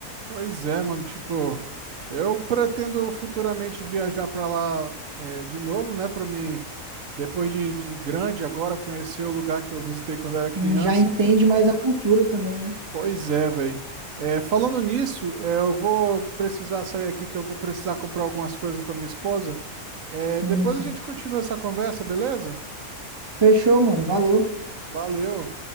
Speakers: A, on the right; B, on the right.
A: Pois é, mano, tipo, eu pretendo futuramente viajar pra lá é, de novo, né? Pra me, depois de, de grande, agora conhecer o lugar que eu visitei quando era criança.
B: Sim, já entende mais a cultura também, né?
A: Pois é, velho. É, falando nisso, é, eu vou precisar sair aqui que eu vou precisar comprar algumas coisas com a minha esposa. É,
B: Sim,
A: depois
B: sim.
A: a gente continua essa conversa, beleza?
B: Fechou, mano. Valeu.
A: Valeu.